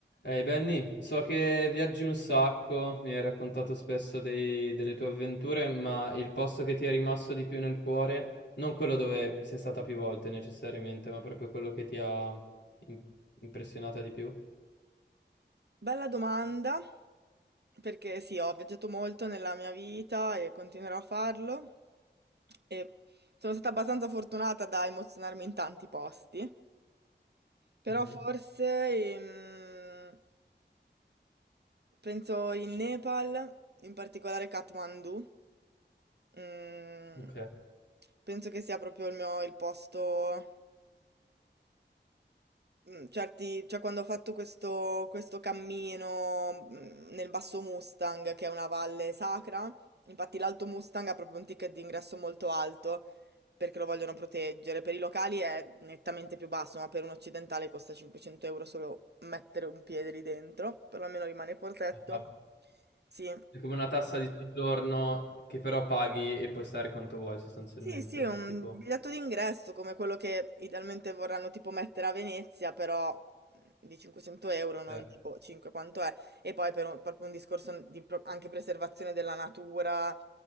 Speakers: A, on the left; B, on the right.
A: Ehi Benny, so che viaggi un sacco, mi hai raccontato spesso dei- delle tue avventure, ma il posto che ti è rimasto di più nel cuore, non quello dove sei stata più volte necessariamente, ma proprio quello che ti ha im- impressionata di più?
B: Bella domanda, perché sì, ho viaggiato molto nella mia vita e continuerò a farlo e sono stata abbastanza fortunata da emozionarmi in tanti posti, però
A: Mhm.
B: forse ehm, penso in Nepal, in particolare Kathmandu, mm,
A: Ok.
B: penso che sia proprio il mio, il posto Mm, certi, cioè quando ho fatto questo, questo cammino mm, nel Basso Mustang, che è una valle sacra, infatti l'Alto Mustang ha proprio un ticket d'ingresso molto alto perché lo vogliono proteggere. Per i locali è nettamente più basso, ma per un occidentale costa 500 euro solo mettere un piede lì dentro, però almeno rimane il portetto.
A: Ah, cavolo.
B: Sì,
A: È come una tassa di soggiorno che però paghi e puoi stare quanto vuoi sostanzialmente,
B: Sì, sì, è un
A: tipo,
B: biglietto d'ingresso come quello che idealmente vorranno tipo mettere a Venezia, però mm, di 500 euro, non
A: cioè,
B: di boh, 5 quanto è. E poi per un- proprio un discorso di pro- anche preservazione della natura,